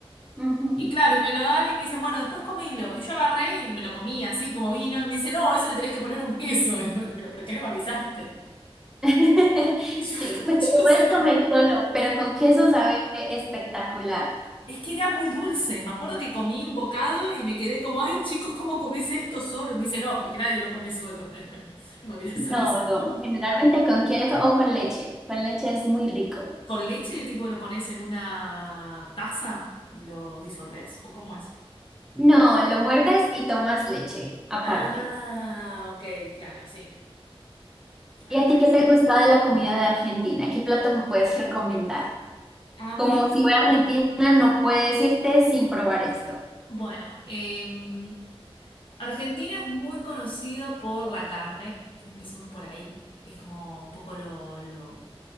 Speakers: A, in the centre; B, on the left.
A: Ujú.
B: Y claro, y me lo dan y me dicen, bueno, después comilo. Y yo agarré y me lo comí así como vino. Y me dice, no, eso le tenés que poner un queso. <laughs> Y fue, pero ¿por qué no me avisaste?
A: <laughs>
B: Y yo,
A: Sí,
B: ay, como
A: pues
B: chicos,
A: te lo puedes
B: esto
A: comer solo, pero con queso sabe espectacular.
B: Es que era muy dulce. Me acuerdo que comí un bocado y me quedé como, ay, chicos, ¿cómo comés esto solo? Y me dice, no, porque nadie lo come solo. <laughs> Ay, bueno, no me hubieras
A: No,
B: avisado.
A: no,
B: <laughs>
A: generalmente con queso o con leche. Con leche es muy rico.
B: ¿Con leche, tipo, lo pones en una taza y lo disolvés? ¿O cómo es?
A: No, lo muerdes y tomas leche aparte.
B: Ah, ok, claro, sí, claro,
A: ¿Y a ti
B: ahí
A: qué
B: sí.
A: te gusta de la comida de Argentina? ¿Qué plato me puedes recomendar?
B: Uy. A
A: Como
B: mí,
A: si voy a Argentina, no puedes irte sin probar esto.
B: bueno, em, Argentina es muy conocido por la carne, empecemos por ahí, que es como un poco lo, lo